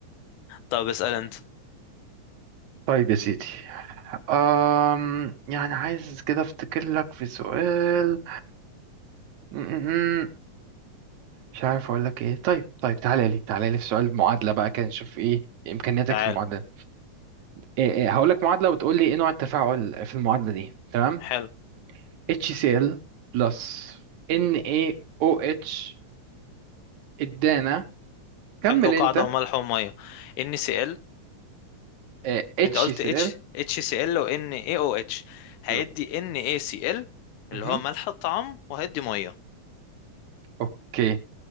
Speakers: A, on the left (about 90°); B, on the right (about 75°).
A: طب اسأل انت
B: طيب يا سيدي أم يعني عايز كده افتكر لك في سؤال م- م- م. مش عارف اقول لك ايه طيب طيب تعالى لي تعالى لي في سؤال معادلة بقى كان نشوف ايه امكانياتك
A: تعال
B: في المعادلة إيه إيه هقول لك معادلة وتقول لي ايه نوع التفاعل في المعادلة دي تمام
A: حلو
B: HCl بلس NaOH ادانا كمل
A: حمض وقاعدة
B: انت
A: وملح ومية NaCl
B: آه، HCl
A: انت قلت H HCl و NaOH هيدي
B: بالظبط.
A: NaCl اللي
B: مهم.
A: هو ملح الطعام وهيدي مية
B: اوكي